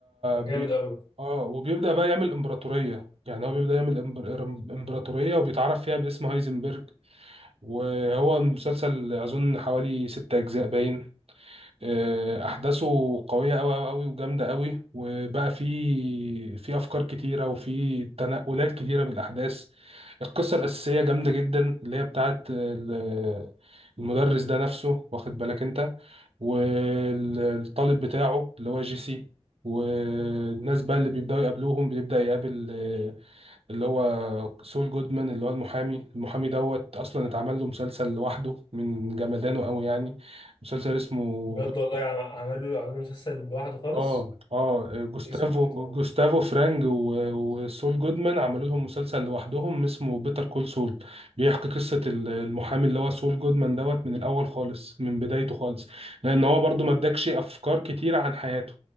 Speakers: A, on the left; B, on the right.
A: ده
B: بي...
A: جامد قوي
B: اه وبيبدأ بقى يعمل امبراطورية يعني هو بيبدأ يعمل إمبر- امبراطورية وبيتعرف فيها باسم هايزنبرج وهو مسلسل أظن حوالي ست أجزاء باين آه، احداثه قويه قوي قوي وجامده قوي وبقى في في افكار كتيره وفي تنقلات كتيره بالاحداث القصه الاساسيه جامده جدا اللي هي بتاعت ال- المدرس ده نفسه واخد بالك انت والطالب بتاعه اللي هو جيسي والناس بقى اللي بيبداوا يقابلوهم بيبدا يقابل آه، اللي هو سول جودمان اللي هو المحامي المحامي دوت اصلا اتعمل له مسلسل لوحده من جمدانه قوي يعني مسلسل اسمه
A: بجد والله عم- عملوا عملوا مسلسل لوحده خالص
B: اه اه جوستافو
A: اسمه ايه طبعا
B: جوستافو فرانج و- وسول جودمان عملوا لهم مسلسل لوحدهم اسمه بيتر كول سول بيحكي قصة ال- المحامي اللي هو سول جودمان دوت من الأول خالص من بدايته خالص لأن هو برضو ما اداكش أفكار كتير عن حياته